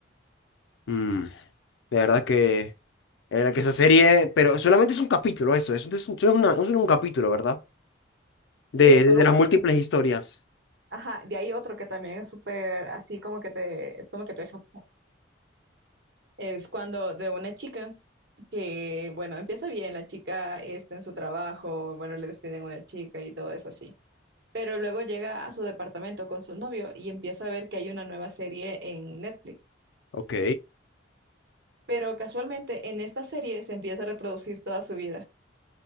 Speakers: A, on the left; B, on the right.
A: Mm. La verdad que, la verdad que esa serie, pero solamente es un capítulo eso, eso es un, solo es una- solo es un capítulo, ¿verdad? De,
B: Sí, es
A: de,
B: solo
A: de
B: un...
A: las
B: cap-
A: múltiples historias.
B: Ajá, y hay otro que también es súper así como que te, es como que te deja, es cuando de una chica. que, bueno, empieza bien, la chica está en su trabajo, bueno, le despiden una chica y todo eso así. Pero luego llega a su departamento con su novio y empieza a ver que hay una nueva serie en Netflix.
A: Ok.
B: Pero casualmente en esta serie se empieza a reproducir toda su vida,